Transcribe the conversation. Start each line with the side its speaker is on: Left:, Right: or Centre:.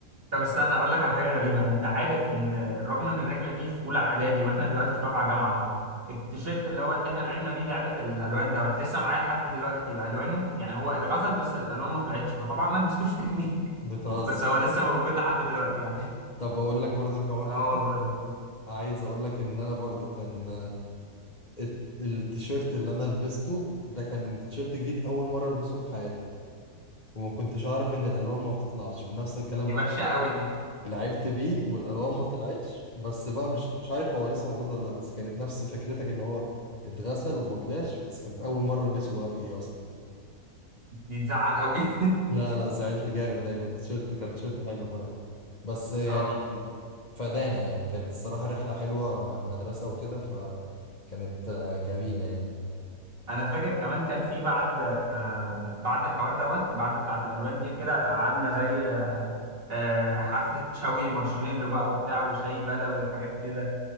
Right: طب استنى اقول لك على حاجه غريبه انت عارف ان رغم ان الرحله دي في اولى اعدادي واحنا دلوقتي في رابعه جامعه اهو التيشيرت اللي هو اللي احنا لعبنا بيه لعبه الالوان دوت لسه معايا لحد دلوقتي بالوانه يعني هو اتغسل بس الالوان ما طلعتش فطبعا ما لبستوش تاني <laughs>
Left: <laughs> بتهزر
Right: بس هو لسه موجود لحد دلوقتي يعني
Left: طب اقول لك برضه انا كمان
Right: اه
Left: حاجة
Right: والله
Left: عايز اقول لك ان انا برضه كان الت- التيشيرت اللي انا لبسته ده كان تيشيرت جديد اول مرة البسه في حياتي وما كنتش اعرف ان الالوان ما بتطلعش ونفس الكلام
Right: دي
Left: برضه
Right: وحشه قوي دي
Left: لعبت بيه والالوان ما طلعتش بس بقى مش مش عارف هو لسه موجود ولا لا بس كانت نفس فكرتك ان هو اتغسل وما طلعش بس كانت اول مرة البسه بقى فيه اصلا
Right: دي تزعل قوي
Left: لا لا زعلت جامد يعني كنت تيشيرت كان تيشيرت حلو فعلا بس
Right: <laughs>
Left: يعني
Right: اه
Left: فدانا يعني كانت الصراحة رحلة حلوة مع المدرسة وكده فكانت آه، جميلة يعني
Right: انا فاكر كمان كان في بعد آه، بعد الحوار دوت بعد بتاعه الالوان دي وكده قعدنا زي آه، حفلة شوي مارشميلو بقى وبتاع وشاي بدوي وحاجات كده